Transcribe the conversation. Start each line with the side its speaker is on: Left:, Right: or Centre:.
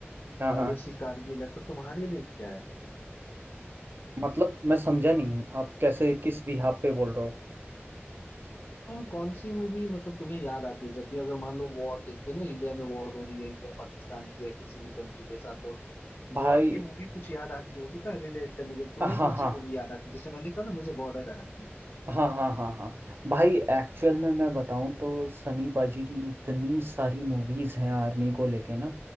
Right: हाँ
Left: और
Right: हाँ
Left: एलओसी कारगिल है पर तुम्हारे लिए क्या है
Right: मतलब मैं समझा नहीं आप कैसे किस बिहाफ पे बोल रहे हो
Left: तुम कौन सी मूवी मतलब तुम्हें याद आती है जब भी अगर मान लो वॉर देखते हो ना इंडिया में वॉर हो रही है इंडिया पाकिस्तान की या किसी भी कंट्री के साथ तो
Right: भाई
Left: वॉर की मूवी कुछ याद आती होगी ना रिलेट करने के लिए। तुम्हें
Right: हाँ
Left: कौन
Right: हाँ
Left: सी मूवी याद आती है जैसे मैंने कहा ना मुझे बॉर्डर आती है
Right: हाँ हाँ हाँ हाँ भाई एक्चुअल में मैं बताऊं तो सनी पाजी की इतनी सारी मूवीज हैं आर्मी को लेके ना